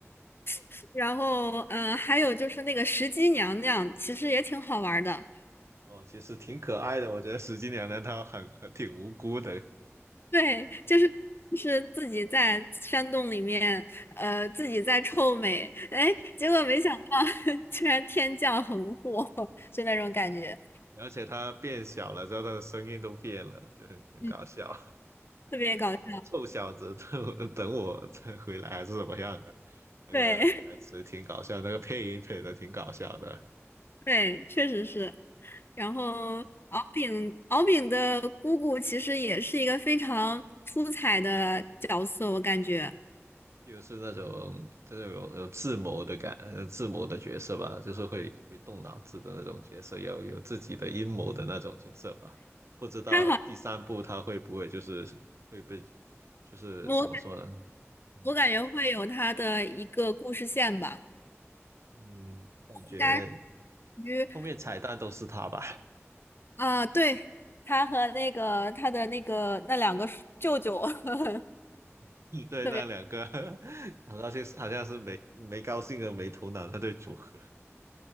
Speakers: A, on the left (about 50°); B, on the right (about 65°).
A: <laughs> 然后嗯、呃还有就是那个石矶娘娘，其实也挺好玩儿的。
B: 哦，其实挺可爱的，我觉得石金娘娘她很很挺无辜的，
A: 对，就是就是自己在山洞里面，呃，自己在臭美，哎，结果没想到 <laughs> 居然天降横祸，就那种感觉，
B: 而且她变小了之后，她的声音都变了，就很很搞笑。
A: 嗯，特别搞笑。
B: <laughs> 什么臭小子，等等我再回来还是怎么样的？那个台词挺搞笑，
A: 对 <laughs>
B: 那个配音配的挺搞笑的。
A: 对，确实是。然后敖丙敖丙的姑姑其实也是一个非常出彩的角色，我感觉
B: 就是那种就是有有智谋的感，呃，智谋的角色吧，就是会会动脑子的那种角色，有有自己的阴谋的那种角色吧。不知道第三部他会不会就是会被，
A: 她好，
B: 就是怎么说呢？
A: 我
B: 嗯
A: 我感觉会有她的一个故事线吧，
B: 嗯，感觉
A: 应该。属于。
B: 后面彩蛋都是他吧？
A: 啊，对，他和那个他的那个那两个舅舅 <laughs>
B: <laughs> 对，
A: 特别
B: 那两个 <laughs> 好像兴，是好像是没没高兴和没头脑那对组合，